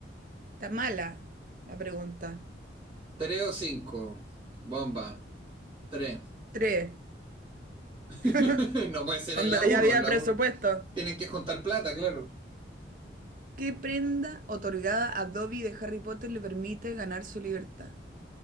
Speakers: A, on the right; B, on the right.
A: ¿Está mala? La pregunta.
B: ¿Tres o cinco? Bomba. Tres.
A: Tres.
B: <laughs>
A: <laughs>
B: No puede ser
A: Cuando
B: en la uno,
A: ya había
B: en la
A: presupuesto.
B: uno. Tienen que juntar plata, claro.
A: ¿Qué prenda otorgada a Dobby de Harry Potter le permite ganar su libertad?